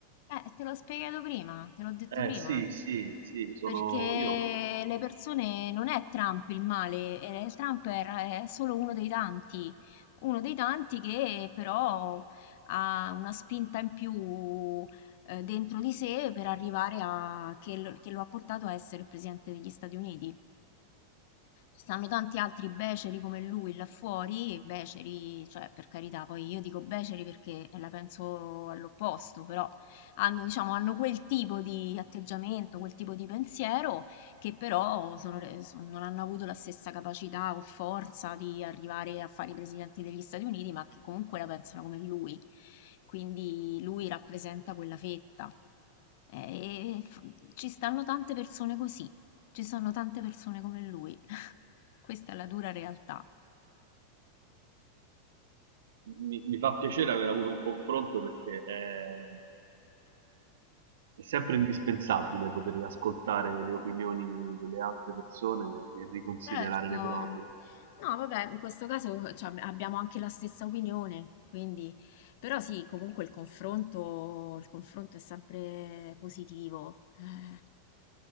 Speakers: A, on the left; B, on the right.
A: Eh, te l'ho spiegato prima, te l'ho detto
B: Eh
A: prima.
B: sì, sì, sì, sono
A: perché
B: io.
A: le persone non è Trump il male, eh, Trump era- è solo uno dei tanti, uno dei tanti che però ha una spinta in più eh, dentro di sé per arrivare a che lo che lo ha portato a essere il presidente degli Stati Uniti. Ci stanno tanti altri beceri come lui là fuori, e beceri, cioè per carità, poi io dico beceri perché eh, la penso all'opposto, però hanno, diciamo, hanno quel tipo di atteggiamento, quel tipo di pensiero che però sono re- son- non hanno avuto la stessa capacità o forza di arrivare a fare i presidenti degli Stati Uniti, ma che comunque la pensano come lui. Quindi lui rappresenta quella fetta. Eh, E f- ci stanno tante persone così, ci sono tante persone come lui. Questa è la dura realtà.
B: mi, mi fa piacere aver avuto un confronto perché è, è sempre indispensabile poter ascoltare le opinioni delle altre persone e riconsiderare
A: Certo.
B: le proprie.
A: No, vabbè, in questo caso cioè, abbiamo anche la stessa opinione, quindi... Però sì, comunque il confronto, il confronto è sempre positivo, eh,